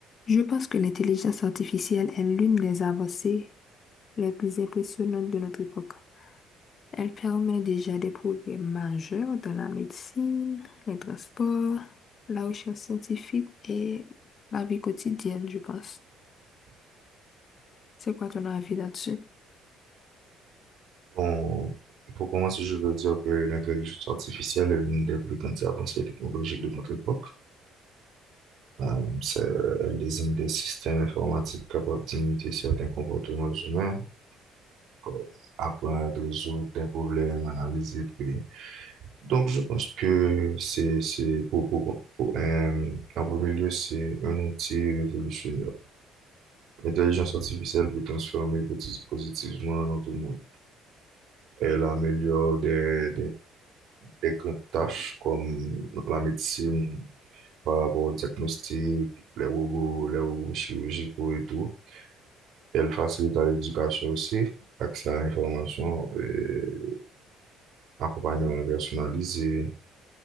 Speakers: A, on the left; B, on the right.
A: Je pense que l'intelligence artificielle est l'une des avancées les plus impressionnantes de notre époque. Elle permet déjà des progrès majeurs dans la médecine, les transports, la recherche scientifique et la vie quotidienne, je pense. C'est quoi ton avis là-dessus?
B: Bon, pour commencer, je veux dire que l'intelligence artificielle est l'une des plus grandes avancées technologiques de notre époque. Euh, c'est- elle désigne des systèmes informatiques capables d'imiter certains comportements humains, comme apprendre, résoudre des problèmes, analyser, puis... Donc, je pense que c'est, c'est pour, pour, pour, euh, en premier lieu, c'est un outil révolutionnaire. L'intelligence artificielle peut transformer positivement notre monde. Elle améliore des les grandes tâches comme la médecine par rapport au diagnostic, les robots, les robots chirurgicaux et tout. Elle facilite à l'éducation aussi, accès à l'information et accompagnement personnalisé.